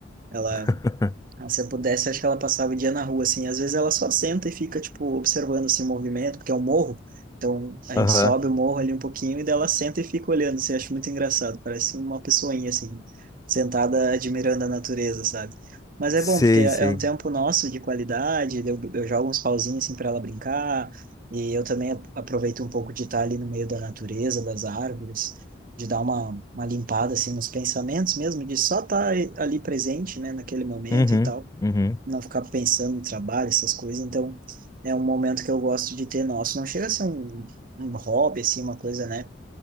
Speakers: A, on the right (about 50°); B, on the left (about 20°).
A: Ela
B: <laughs>
A: ah, Se eu pudesse, acho que ela passava o dia na rua, assim. Às vezes ela só senta e fica, tipo, observando, assim, o movimento, porque é um morro. Então, a
B: Aham.
A: gente sobe o morro ali um pouquinho e daí ela senta e fica olhando, assim. Acho muito engraçado. Parece uma pessoinha, assim, sentada admirando a natureza, sabe? Mas é
B: Sei,
A: bom, porque é
B: sei.
A: é um tempo nosso de qualidade. Eu, eu jogo uns pauzinhos, assim, para ela brincar. E eu também a- aproveito um pouco de estar ali no meio da natureza, das árvores, de dar uma, uma limpada, assim, nos pensamentos mesmo, de só estar ali presente, né, naquele momento
B: Uhum,
A: e tal
B: uhum.
A: não ficar pensando no trabalho, essas coisas. Então, é um momento que eu gosto de ter nosso. Não chega a ser um, um hobby, assim, uma coisa, né?